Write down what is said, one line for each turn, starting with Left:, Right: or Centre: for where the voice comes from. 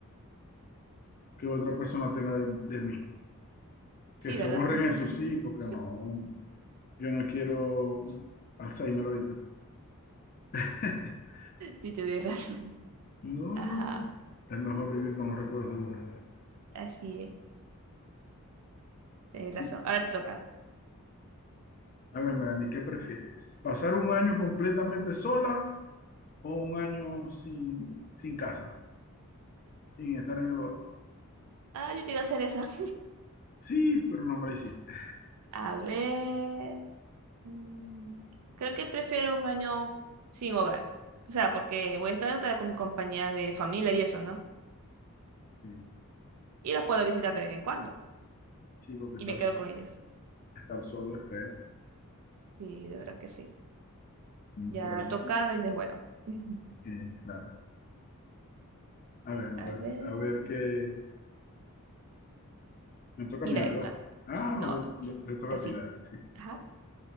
Left: que otra persona tenga de, de mí. Que
Right: Sí,
Left: se
Right: ¿verdad?
Left: borren
Right: <laughs>
Left: eso, sí, porque no, yo no quiero Alzheimer ahorita. <laughs>
Right: Sí, tienes razón.
Left: No,
Right: Ajá.
Left: es mejor vivir con los recuerdos de uno.
Right: Así es. Tienes razón.
Left: Y,
Right: Ahora te toca.
Left: A ver, Melanie, ¿qué prefieres? ¿Pasar un año completamente sola o un año sin, sin casa, sin estar en el hogar?
Right: Ah, yo te iba a hacer esa.
Left: Sí, pero no me la hiciste.
Right: <laughs> A ver. Mm, Creo que prefiero un año sin hogar. O sea, porque voy a estar hasta con mi compañía de familia y eso, ¿no?
Left: Sí,
Right: Y las puedo visitar de vez en cuando.
Left: sí, porque
Right: Y
Left: estar,
Right: me quedo
Left: so-
Right: con ellas.
Left: estar solo es feo.
Right: Sí, de verdad que sí.
Left: Mm,
Right: Ya
Left: Por ahí,
Right: tocada y no es bueno. <laughs> Ujú.
Left: eh, claro. A ver, a ver,
Right: A ver.
Left: a ver qué, Me toca
Right: Mira
Left: a mí, ¿verdad?
Right: esta.
Left: Ah,
Right: No,
Left: no, te, te- toca
Right: así.
Left: a ti, dale. Sí,
Right: Ajá.